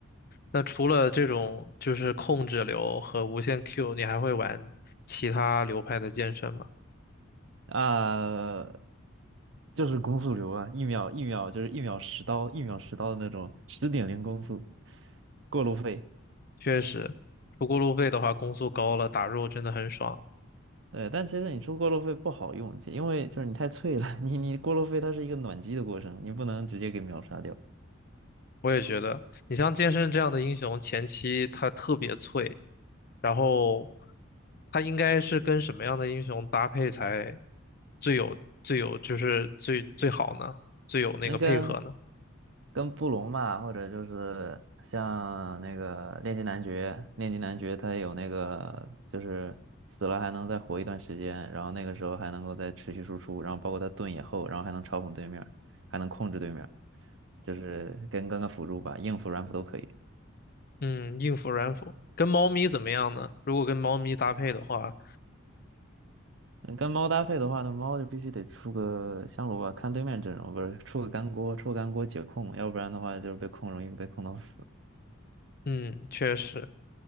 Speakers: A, on the left; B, on the right.
A: 那除了这种就是控制流和无限 Q，你还会玩其他流派的剑圣吗？
B: 啊、就是攻速流啊，一秒一秒就是一秒十刀，一秒十刀的那种，十点零攻速，过路费。
A: 确实，不过路费的话，攻速高了，打肉真的很爽。
B: 对，但其实你出过路费不好用，因为就是你太脆了，<laughs> 你你过路费它是一个暖机的过程，你不能直接给秒杀掉。
A: 我也觉得，你像剑圣这样的英雄，前期他特别脆，然后他应该是跟什么样的英雄搭配才最有最有就是最最好呢？最有那个配合呢？
B: 那跟跟布隆吧，或者就是像那个炼金男爵，炼金男爵他有那个就是死了还能再活一段时间，然后那个时候还能够再持续输出，然后包括他盾也厚，然后还能嘲讽对面，还能控制对面，就是跟跟个辅助吧，硬辅软辅都可以。
A: 嗯，硬辅软辅跟猫咪怎么样呢？如果跟猫咪搭配的话，
B: 嗯跟猫搭配的话那猫就必须得出个香炉吧，看对面阵容，不是出个干锅，出个干锅解控，要不然的话就是被控容易被控到死。
A: 嗯，确实。